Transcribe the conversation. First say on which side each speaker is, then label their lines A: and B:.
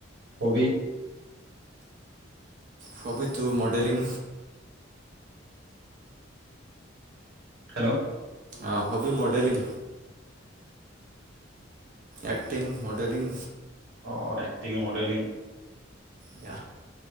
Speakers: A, on the right; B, on the right.
A: হবি?
B: হবিটো মডেলিং।
A: হেল্ল'
B: অ হবী মডেলিং। Acting modelling.
A: অঁ এক্টিং মডেলিং।
B: দ